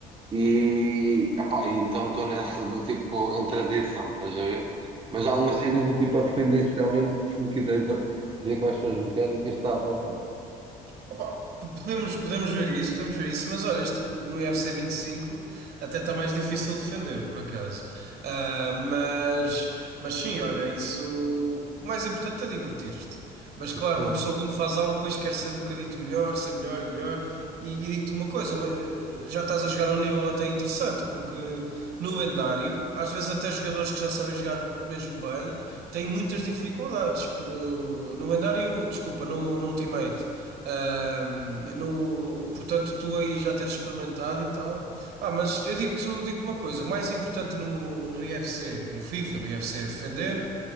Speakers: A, on the right; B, on the right.
A: E, epá, então estou nessa do tipo, em transição, estás a ver? Mas há algumas cenas do tipo a defender, especialmente se me quiseres dizer quais são as mecânicas, está à vontade. <laughs>
B: Opa, p- podemos, podemos ver isso, podemos ver isso, mas olha, este- o- no UFC 25 até está mais difícil defender, por acaso. Ah, mas, mas sim, olha, isso. O mais importante é divertir-te. Mas claro,
A: Hum,
B: uma pessoa quando faz algo depois quer ser um bocadito melhor, ser melhor e melhor. E, e digo-te uma coisa, eh, já estás a jogar a um nível até interessante, porque no lendário, às vezes às vezes até jogadores que já sabem jogar mesmo bem têm muitas dificuldades p- no lendário, desculpa, no, no Ultimate. Ahm, no, portanto, tu aí já teres experimentado e tal. Ah, mas eu digo-te digo-te uma coisa: o mais importante no, no UFC, no FIFA, no UFC é defender